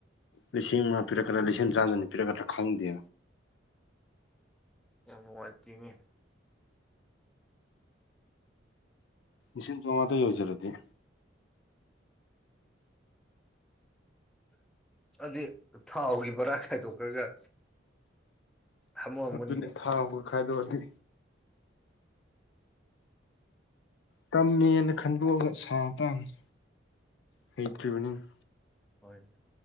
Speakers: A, on the left; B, in the centre.
A: ꯂꯤꯁꯤꯡ ꯄꯤꯔ ꯀ ꯂꯤꯁꯤꯡ ꯆꯥꯗꯅꯤ ꯄꯤꯔ ꯀ ꯈꯪꯗꯦ
B: ꯌꯥꯝ ꯅꯨꯡꯉꯥꯏꯇꯅꯦ
A: ꯏꯁꯤꯡ ꯇꯣꯉꯇ ꯌꯧꯖꯔꯗꯤꯦ
B: ꯑꯗꯨ ꯊꯥꯎꯒꯤ ꯕꯔꯥ ꯈꯥꯏꯗꯣꯛꯈ꯭ꯔꯒ ꯍꯥꯃꯝꯃꯅꯤꯅꯦ
A: ꯑꯗꯨꯅꯤ ꯊꯥꯎꯒ ꯈꯥꯏꯗꯣꯛꯑꯗꯤ ꯇꯝꯃꯦꯅ ꯈꯟꯗꯣꯛꯑꯒ ꯁꯥ ꯇꯥꯝꯅꯤ ꯍꯩꯇ꯭ꯔꯤꯕꯅꯤꯅꯥ
B: ꯍꯣꯏꯅꯦ